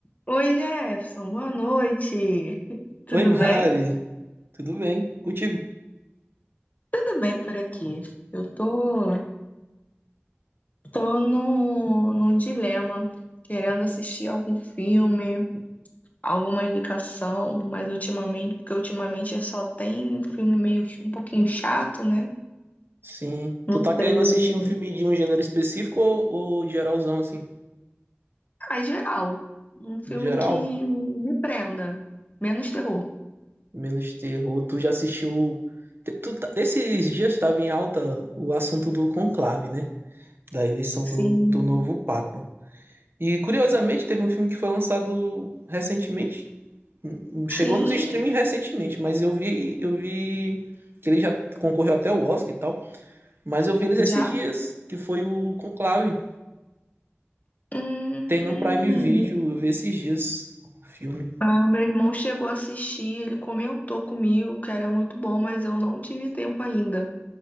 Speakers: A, on the left; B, on the right.
A: Oi, Jefferson, boa noite. <laughs>
B: Oi,
A: Tudo
B: Mari.
A: bem?
B: Tudo bem? Contigo?
A: Tudo bem por aqui. Eu tô, tô no, num dilema, querendo assistir algum filme, alguma indicação, mas ultimamente, porque ultimamente só tem filme meio ch- um pouquinho chato, né?
B: Sim.
A: Não
B: Tu tá querendo
A: sei.
B: assistir um filme de um gênero específico ou, ou geralzão, assim?
A: Ah, em geral, um filme
B: Geral?
A: que me prenda, menos terror.
B: Menos terror. Tu já assistiu... Tu tá- Esses dias estava em alta o assunto do conclave, né? Da eleição do,
A: Sim,
B: do novo Papa. E, curiosamente, teve um filme que foi lançado recentemente. Hum, hum, Chegou
A: sim,
B: nos streaming recentemente, mas eu vi, eu vi que ele já concorreu até o Oscar e tal. Mas eu vi eles esses
A: já.
B: dias, que foi o Conclave.
A: Hum,
B: Tem no Prime Video, eu vi esses dias o filme.
A: Ah, meu irmão chegou a assistir, ele comentou comigo que era muito bom, mas eu não tive tempo ainda.